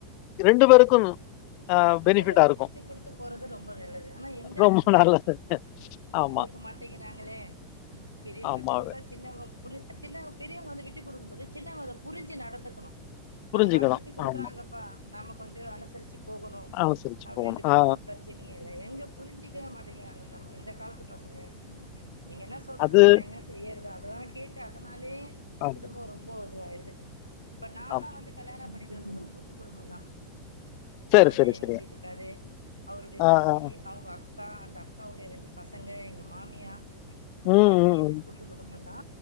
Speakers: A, on the left; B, on the right.
A: ரெண்டு பேருக்கு ஆ பெனிஃபிட்டாருக்கு
B: நல்லது. விட்டு குடுத்து போறது ரொம்ப நல்லது. ஆனா எங்க?
A: ரொம்ப நல்லது
B: விட்டு
A: ஆமா,
B: குடுக்க மாட்டேங்கிறாங்களே பெரியோங்க
A: ஆமா.
B: விட்டு குடுத்தா சின்னங்க புரி சின்னவங்க பெரியவங்க வந்து விட்டு குடுக்கும் போது சின்னவங்க அத புரிஞ்சு நடந்துக்கனு நமக்காக
A: புரிஞ்சுக்கணு
B: விட்டு குடுக்குறாங்கப்பா
A: ஆமா
B: நம்ம கொஞ்சோ அனுசரிச்சு போகனு
A: அனுசரிச்சு
B: அப்டின்ட்டு
A: போகணு ஆ
B: போனா பிரச் சனயேல்ல எங்க புரிஞ்சுக்கவே மாட்டேங்கிறாங்க நம் இந்த காலத்து பசங்க நீங்க என்ன சொல்றது
A: அது
B: நா என்ன செய்யற்து அதலா கேட்டு அதனாலே
A: ஆமா
B: குடும்போ ரொம்பொ இதுவாய்டுது இப்ப நான்லா
A: ஆமா
B: வந்து கல்யாணோ பண்ணிட்டு வரும்போது கூட்டு குடும்போந்தா
A: சரி
B: நானு
A: சரி
B: எங்க
A: சரி
B: வீட்டுக்காரு அவருடைய
A: ஆ
B: தம்பி
A: ஆ ஆ.
B: அவுங்க அக்கா அந்த அக்காவுடைய ரெண்டு பசங்க எங்க மாமியா
A: ம்
B: எல்லா
A: ம்
B: சேந்து
A: ம்
B: கூட்டு குடும்போந்தா